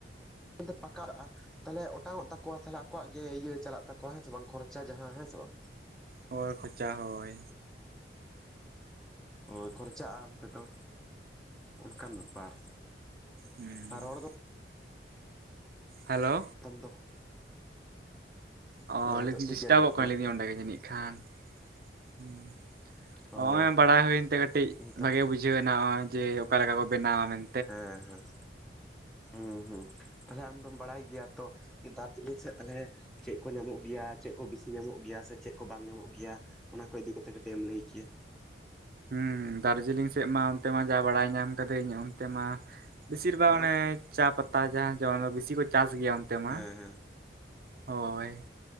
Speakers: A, in the centre; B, on the right.
A: ᱢᱮᱱᱛᱮ ᱯᱟᱠᱟᱣ ᱟᱠᱟᱜ-ᱟ᱾ ᱛᱟᱦᱞᱮ ᱚᱴᱟᱝ ᱚᱜ ᱛᱟᱠᱚᱣᱟ ᱛᱟᱦᱞᱮ ᱟᱠᱚᱣᱟᱜ ᱜᱮ ᱤᱭᱟᱹ ᱪᱟᱞᱟᱜ ᱛᱟᱠᱚᱣᱟ ᱦᱮᱸ ᱥᱮ ᱵᱟᱝ ᱠᱷᱚᱨᱪᱟ ᱡᱟᱸᱦᱟᱸ ᱦᱮᱸ ᱥᱮ ᱵᱟᱝ?
B: ᱦᱳᱭ ᱠᱷᱚᱪᱟ ᱦᱳᱭ᱾
A: ᱦᱳᱭ ᱠᱷᱚᱨᱪᱟᱜᱼᱟ ᱚᱱᱛᱮ ᱫᱚ, ᱚᱱᱠᱟᱱ ᱵᱮᱯᱟᱨ᱾
B: ᱦᱩᱸ
A: ᱟᱨ ᱨᱚᱲ ᱫᱚ
B: ᱦᱮᱞᱳ
A: ᱟᱢ ᱫᱚ <unintelligible>
B: ᱚᱻ
A: ᱦᱮᱸ ᱱᱤᱛᱚᱜ
B: ᱞᱟᱹᱭᱫᱟᱹᱧ
A: ᱴᱷᱤᱠ
B: ᱰᱤᱥᱴᱟᱵᱚᱜ
A: ᱜᱮ ᱟᱸᱡᱚᱢᱚᱜ
B: ᱠᱟᱱᱟ ᱞᱟᱹᱭᱤᱫᱟᱹᱧ ᱚᱸᱰᱮ ᱜᱮ ᱡᱟᱹᱱᱤᱡ ᱠᱷᱟᱱ ᱦᱩᱸ᱾ ᱦᱚᱸ
A: ᱚ
B: ᱮᱢ ᱵᱟᱲᱟᱭ ᱦᱩᱭᱮᱱ ᱛᱮ ᱠᱟᱹᱴᱤᱡ
A: ᱛᱟᱦᱚᱞᱮ
B: ᱵᱷᱟᱜᱮ ᱵᱩᱡᱷᱟᱹᱣ ᱮᱱᱟ ᱱᱚᱜᱼᱚᱭ ᱡᱮ ᱚᱠᱟ ᱞᱮᱠᱟ ᱠᱚ ᱵᱮᱱᱟᱣᱟ ᱢᱮᱱ
A: ᱦᱮᱸ ᱦᱮᱸ ᱦᱩᱸ ᱦᱩᱸ ᱛᱟᱦᱞᱮ ᱟᱢ ᱫᱚᱢ ᱵᱟᱲᱟᱭ ᱜᱮᱭᱟ ᱛᱚ ᱡᱮ ᱫᱟᱨᱡᱤᱞᱤᱝ ᱥᱮᱫ ᱛᱟᱦᱞᱮ ᱪᱮᱜ ᱠᱚ ᱧᱟᱢᱚᱜ ᱜᱮᱭᱟ, ᱪᱮᱜ ᱠᱚ ᱵᱮᱥᱤ ᱧᱟᱢᱚᱜ ᱜᱮᱭᱟ, ᱥᱮ ᱪᱮᱜ ᱠᱚ ᱵᱟᱝ ᱧᱟᱢᱚᱜ ᱜᱮᱭᱟ? ᱚᱱᱟ ᱠᱚ ᱤᱫᱤ ᱠᱟᱛᱮᱜ ᱠᱟᱹᱴᱤᱡ ᱮᱢ ᱞᱟᱹᱭ ᱠᱮᱭᱟ?
B: ᱦᱩᱸ ᱫᱟᱨᱡᱤᱞᱤᱝ ᱥᱮᱜ ᱢᱟ ᱚᱱᱛᱮ ᱢᱟ ᱡᱟ ᱵᱟᱲᱟᱭ ᱧᱟᱢ ᱠᱟᱹᱫᱟᱹᱧ ᱚᱱᱛᱮ ᱢᱟ ᱵᱮᱥᱤᱨ ᱵᱷᱟᱜᱽ
A: ᱦᱮᱸ
B: ᱚᱱᱮ ᱪᱟ ᱯᱟᱛᱟ ᱡᱟᱦᱟᱸ ᱡᱚ ᱵᱮᱥᱤ ᱠᱚ ᱪᱟᱥ ᱜᱮᱭᱟ ᱚᱱᱛᱮ ᱢᱟ᱾
A: ᱦᱮᱸ ᱦᱮᱸ
B: ᱦᱳᱭ